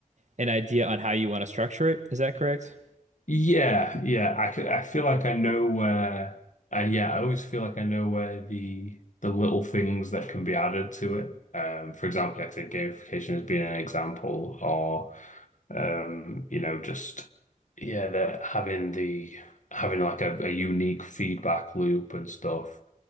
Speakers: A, on the right; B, on the left.
A: an idea on how you want to structure it. Is that correct?
B: Yeah, yeah. I c- I feel like I know where, and yeah, I always feel like I know where the the little things that can be added to it. Um, for example, like I said, gamification has been an example, or. Um, you know, just yeah, that having the having like a, a unique feedback loop and stuff